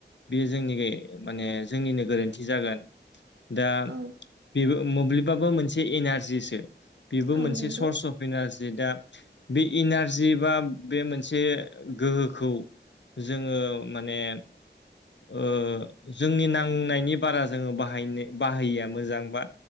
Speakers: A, on the left; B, on the right.
A: बेयो जोंनि गे माने जोंनिनो गोरोन्थि जागोन। दा
B: औ
A: बेबो मोब्लिबाबो मोनसे एनारजिसो बेबो
B: औ
A: मोनसे
B: नंगौ
A: सर्स अफ इनारजि दा बे इनारजि बा बे मोनसे गोहोखौ जोङो माने ओ जोंनि नां नायनि बारा जोङो बाहायनो बाहायिया मोजां बा